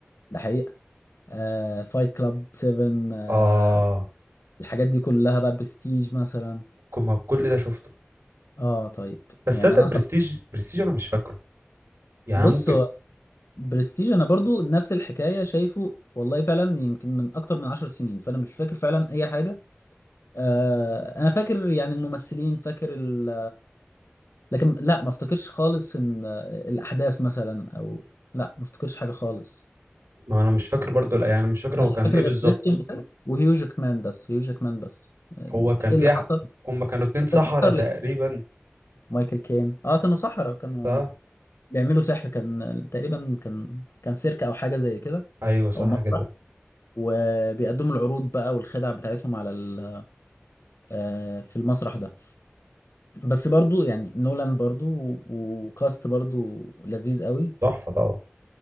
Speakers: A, on the left; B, on the right.
A: ده حقيقي آه فايت كلاب 7 آه
B: اه
A: الحاجات دي كلها بقى برستيج مثلا
B: ك- ما كل ده شفته
A: اه طيب
B: بس
A: يعني
B: صدق
A: انا
B: برستيج
A: خل...
B: برستيج انا مش فاكره يعني
A: بص
B: أنا ممكن
A: هو برستيج انا برضو نفس الحكايه شايفه والله فعلا يمكن من اكتر من عشر سنين فانا مش فاكر فعلا اي حاجه آه انا فاكر يعني الممثلين فاكر ال... لكن لا ما افتكرش خالص ان آه، الاحداث مثلا او لا ما افتكرش حاجه خالص
B: ما انا مش فاكر برضو لا، يعني انا مش فاكر
A: انا
B: هو كان
A: مش فاكر
B: ايه
A: غير
B: بالظبط
A: كريستيان بيل وهيو جاكمان بس هيو جاكمان بس آه،
B: هو كان
A: ايه
B: فيها
A: اللي حصل
B: هم كانوا اتنين سحرة
A: كان في سكارلت
B: تقريبا
A: مايكل كين اه كانوا سحرة كانوا
B: صح
A: بيعملوا سحر كان تقريبا كان كان سيرك او حاجة زي كده
B: ايوه صح
A: او مسرح
B: كده
A: وبيقدموا العروض بقى والخدع بتاعتهم على ال آه، في المسرح ده بس برضو يعني نولان برضو و- وكاست برضو لذيذ قوي
B: تحفه طبعا